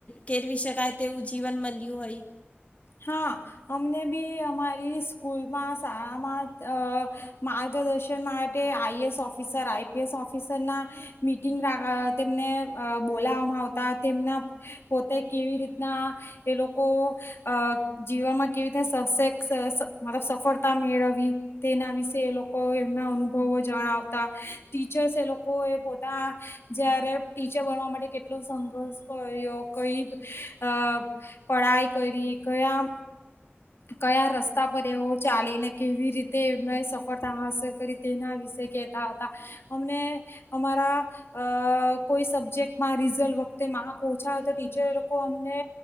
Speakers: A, on the left; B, on the left.
A: કેરવી શકાય તેવું જીવન મળ્યું હોય.
B: હા અમને અમારી સ્કૂલમાં શાળામાં અ માર્ગદર્શન માટે આઈએસ ઓફિસર, આઈપીએસ ઓફિસર ના મીટંગ આ તેમને અ બોલાવામાં આવતા તેમના પોતે કેવી રીતના એ લોકો અ જીવનમાં કેવી રીતના સબ સ સ સફળતા મેળવી તેના વિશે એ લોકો એમના અનુભવો જણાવતા ટીચર્સ એ લોકો એ પો જ્યારે ટીચર બનવા માટે કેટલો સંઘર્ષ કર્યો કઈ અ પઢાઈ કયરી કયા કયા રસ્તા પર એવો ચાલીને કેવી રીતે એમને સફળતા હાંસલ કરી તેના વિશે કેતા હતા અમને અમારા અ કોઈ સબ્જેક્ટમાં રિઝલ્ટ વખતે માર્ક ઓછા તો ટીચર લોકો અમને